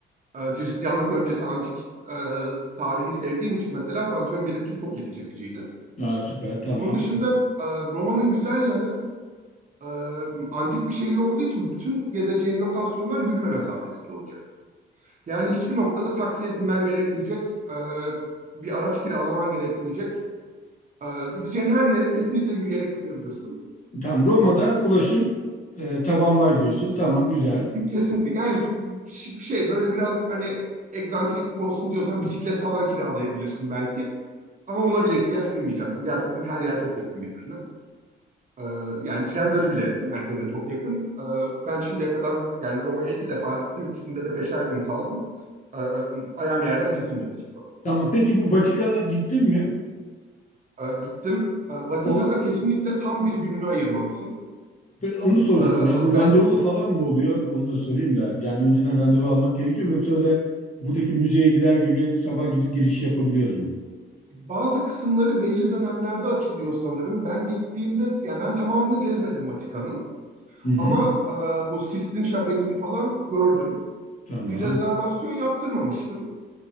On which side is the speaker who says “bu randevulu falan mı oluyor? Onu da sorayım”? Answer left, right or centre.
Left